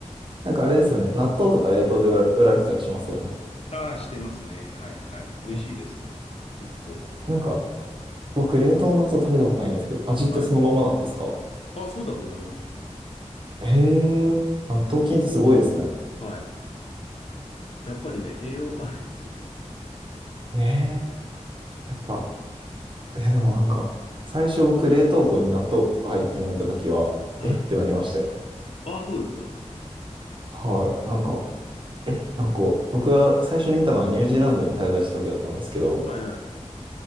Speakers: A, on the right; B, on the left.
A: なんかあれですよね。納豆とか冷凍で売ら売られてたりしますよ
B: ああ、してますね。はい。はい。美味しいですよ。
A: ね。
B: 納豆は。
A: えなんか僕冷凍の納豆食べたことないんですけど、味ってそのままなんですか
B: はい。ああ、そうだと思いますよね。
A: へえ、納豆菌ってすごいですね。
B: はい。やっぱりね、栄養もありますよね。
A: ねえ、やっぱ、いやでもなんか、最初僕冷凍庫に納豆が入ってるの見たときは、
B: はい。
A: えってなりましたよ。
B: ああ、そうですか。
A: はい。なんか、え、なんかこう、僕が最初に見たのはニュージーランドに滞在した時だったんですけど、
B: はいはい。